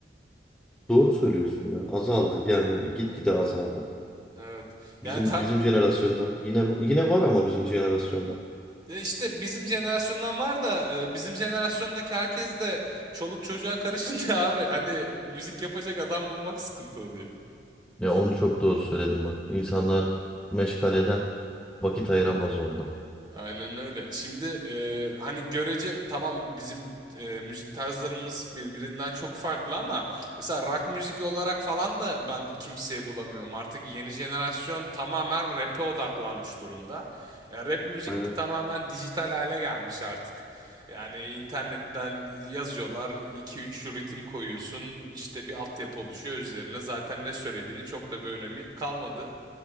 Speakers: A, in the centre; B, on the right (about 25°).
A: Doğru söylüyorsun ya. Azaldı yani gitgide azaldı.
B: Evet. Yani
A: Bizim
B: ta-
A: bizim jenerasyonda yine yine var ama bizim jenerasyonda.
B: E İşte bizim jenerasyondan var da e, bizim jenerasyondaki herkes de çoluk çocuğa karışınca <laughs> abi hani müzik yapacak adam bulmak sıkıntı oluyor.
A: Ya onu çok doğru söyledim bak. İnsanlar meşgaleden vakit ayıramaz oldu.
B: Aynen öyle. Şimdi e, hani görece tamam bizim e, müzik tarzlarımız birbirinden çok farklı ama mesela rock müzik olarak falan da ben kimseyi bulamıyorum. Artık yeni jenerasyon tamamen rap'e odaklanmış durumda. E, rap müzik
A: Aynen.
B: de tamamen dijital hale gelmiş artık. Yani internetten yazıyorlar, 2-3 ritim koyuyorsun, işte bir altyapı oluşuyor üzerine. Zaten ne söylediğini çok da bir önemi kalmadı.